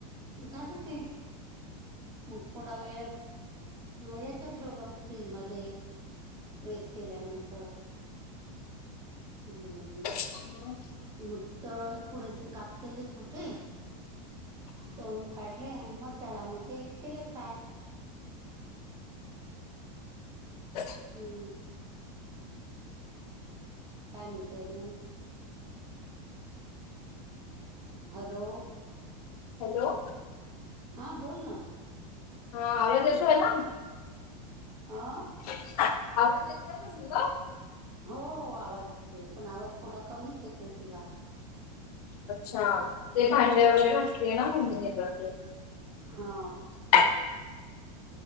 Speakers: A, on the right; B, on the left.
A: झालं ते मग थोडा वेळ याच्यात ठेवलं फ्रीजमध्येध्ये प्रेस केल्यानंतर हम्म
B: हा
A: मग तर थोडेसे काप केले छोटे तळून काढले आणि मसाल्यामध्ये केले फ्राय
B: ह
A: हम्म काय म्हणते अजून हॅलो
B: हॅलो
A: हां बोल ना
B: हा अ दिस आहेला
A: आह
B: आवाज यायचा आहे ना म्हणलं
A: हो हो आवाज येतोय पण आवाज थोडा कमीच येतोय तुझा
B: अच्छा ते भांडे्या वगैरे असले ना म्हणून घेत ते
A: हा
B: का